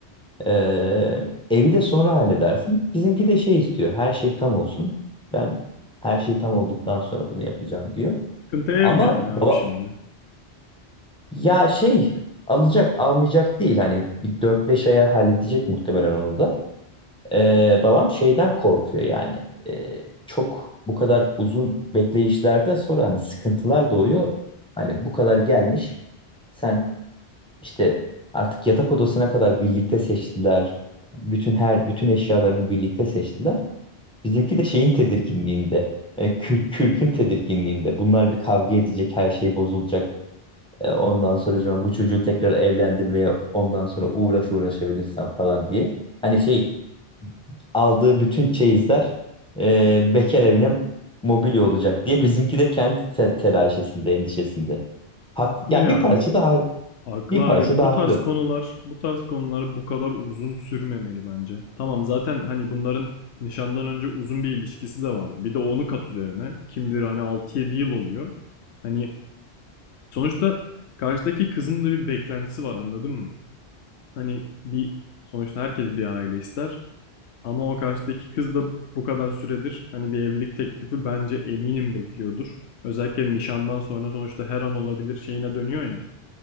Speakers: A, in the centre; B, on the left.
A: Ee, evi de sonra halledersin. Bizimki de şey istiyor. Her şey tam olsun. Ben her şey tam olduktan sonra bunu yapacağım diyor.
B: Sıkıntı ev
A: Ama
B: mi yani
A: baba
B: abi şimdi?
A: ya şey alacak almayacak değil. Hani bir 4-5 aya halledecek muhtemelen onu da. Ee, babam şeyden korkuyor yani. Ee, çok bu kadar uzun bekleyişlerde sonra hani sıkıntılar doğuyor. Hani bu kadar gelmiş. Sen işte artık yatak odasına kadar birlikte seçtiler. Bütün her bütün eşyalarını birlikte seçtiler. Bizimki de şeyin tedirginliğinde, e, kü- kürkün tedirginliğinde. Bunlar bir kavga edecek, her şey bozulacak. E, ondan sonra acaba bu çocuğu tekrar evlendirmeye ondan sonra uğraş uğraşabilirsem falan diye. Hani şey aldığı bütün çeyizler e, bekar evine mobilya olacak diye <laughs> bizimki de kendi te- telaşesinde, endişesinde. Haklı.
B: Haklı
A: Yani
B: ya.
A: bir parça daha
B: Haklı
A: bir
B: abi.
A: parça daha
B: Bu
A: haklı.
B: tarz konular, bu tarz konular bu kadar uzun sürmemeli bence. Tamam zaten hani bunların nişandan önce uzun bir ilişkisi de vardı. Bir de onu kat üzerine. Kim bilir hani altı yedi yıl oluyor. Hani Sonuçta karşıdaki kızın da bir beklentisi var anladın mı? Hani bir sonuçta herkes bir aile ister. Ama o karşıdaki kız da bu kadar süredir hani bir evlilik teklifi bence eminim bekliyordur. Özellikle nişandan sonra sonuçta her an olabilir şeyine dönüyor ya.